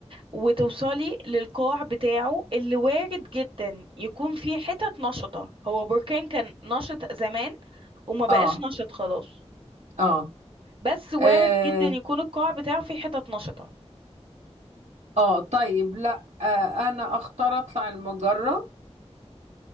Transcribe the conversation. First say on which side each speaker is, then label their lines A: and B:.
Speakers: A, on the right; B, on the right.
A: وتوصلي للقاع بتاعه اللي وارد جدا يكون فيه حتت نشطه هو بركان كان نشط زمان وما بقاش
B: اه
A: نشط خلاص
B: اه
A: بس وارد
B: اه,
A: جدا يكون القاع بتاعه فيه حتت نشطه
B: آه. طيب لا آه. أنا أختار أطلع المجرة